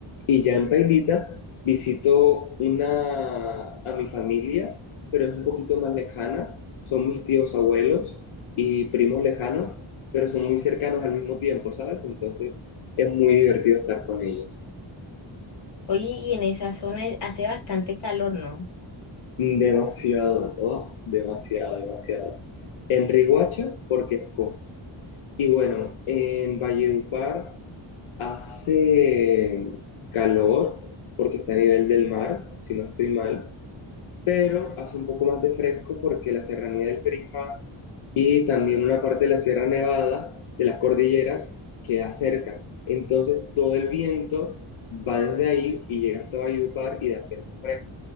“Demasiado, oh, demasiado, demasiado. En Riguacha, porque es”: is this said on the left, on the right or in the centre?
Left